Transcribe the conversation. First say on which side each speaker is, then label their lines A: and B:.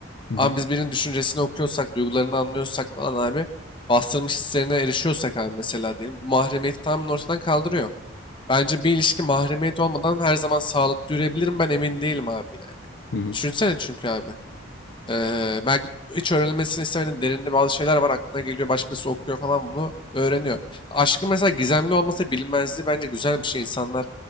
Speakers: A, on the left; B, on the left.
A: Hı hı,
B: Ama biz birinin düşüncesini okuyorsak, duygularını anlıyorsak falan abi bastırmış hislerine erişiyorsak abi mesela diyelim. Bu mahremiyeti tamamen ortadan kaldırıyor. Bence bir ilişki mahremiyet olmadan her zaman sağlıklı yürüyebilir mi ben emin değilim abi yani.
A: hı hı,
B: Düşünsene çünkü abi. Eee, belki hiç öğrenilmesini istemediğin derinde bazı şeyler var aklına geliyor. Başkası okuyor falan bunu öğreniyor. Aşkın mesela gizemli olması bilinmezliği bence güzel bir şey. İnsanlar